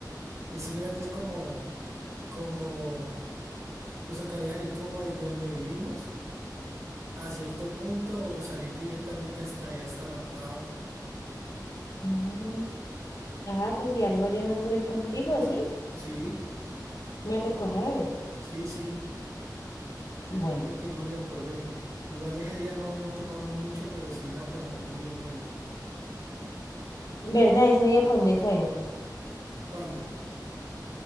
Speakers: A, on the right; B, on the left.
A: Estuviera antes como, como. nos tocaría salir como desde donde vivimos a cierto punto o salir directamente hasta allá, hasta la octava.
B: Mm, Ah, pues si algo yo me puedo ir contigo, ¿sí?
A: Sí,
B: Me recoges.
A: sí, sí. Yo,
B: Bueno,
A: yo creo que no habría problema. Igual ese día no, no tomamos mucho, pero sí la pasamos bien melo.
B: ¿verdad? Ese día, ¿para dónde fueron?
A: ¿Cuándo?